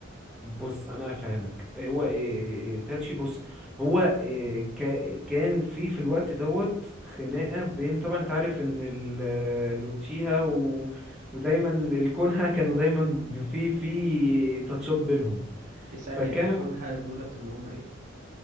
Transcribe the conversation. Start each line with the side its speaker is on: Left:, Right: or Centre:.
Centre: بص انا فاهمك هو إيه تاتشي بص هو إيه كا- كان في في الوقت دوت خناقه بين طبعا انت عارف ان ال- لوتشيها و... ودايما الكونها كانوا دايما ب- في في تاتشات بينهم
Right: إيه ثانيه
Centre: فكان
Right: الكونها دولت اللي هم ايه